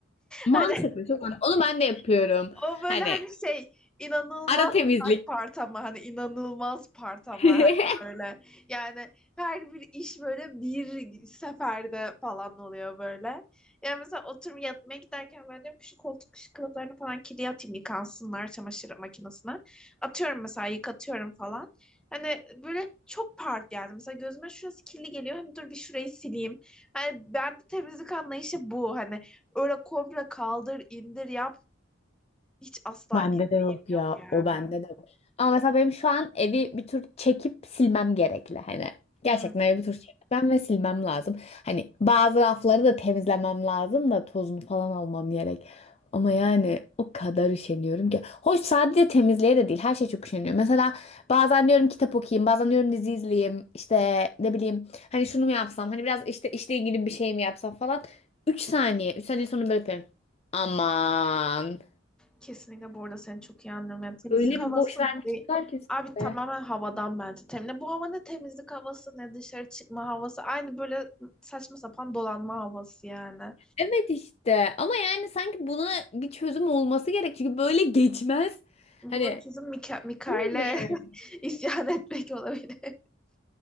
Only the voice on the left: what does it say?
Mantıklı
çok mantıklı. Onu ben de yapıyorum.
Hani
ara temizlik.
<laughs>
Bende
de yok ya.
O bende de var. Ama mesela benim şu an evi bir tur çekip silmem gerekli hani. Gerçekten
evi bir tur çekmem ve silmem lazım. Hani bazı rafları da temizlemem lazım da tozunu falan almam gerek. Ama yani o kadar üşeniyorum ki. Hoş sadece temizliğe de değil. Her şey çok üşeniyor. Mesela bazen diyorum kitap okuyayım. Bazen diyorum dizi izleyeyim. İşte ne bileyim. Hani şunu mu yapsam? Hani biraz işte işle ilgili bir şey mi yapsam falan. 3 saniye. üç saniye sonra böyle yapıyorum. Aman.
Öyle
bir boş vermişler
ki size.
Evet işte ama yani sanki buna bir çözüm olması gerek çünkü böyle geçmez.
Hani
Olmuyor yani.